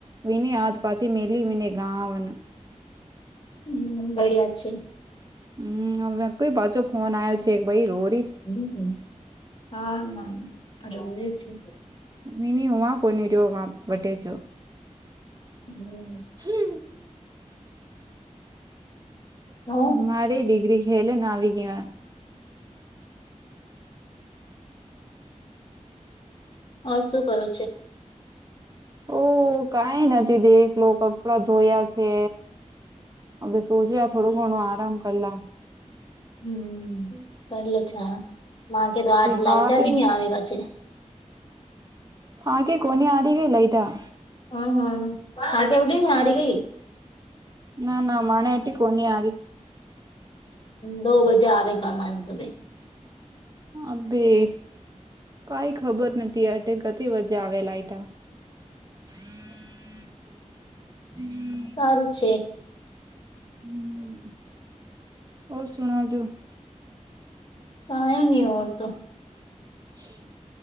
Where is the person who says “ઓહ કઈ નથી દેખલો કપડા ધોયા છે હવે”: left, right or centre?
Right